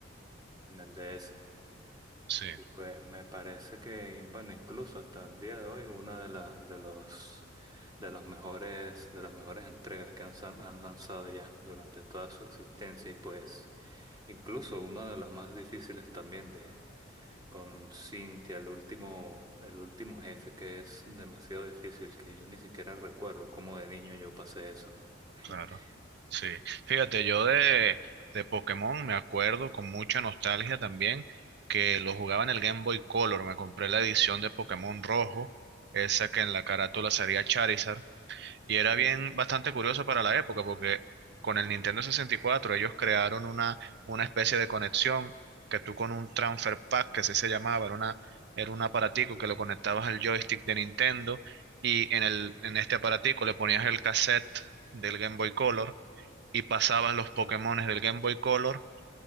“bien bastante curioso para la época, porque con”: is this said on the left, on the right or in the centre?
Right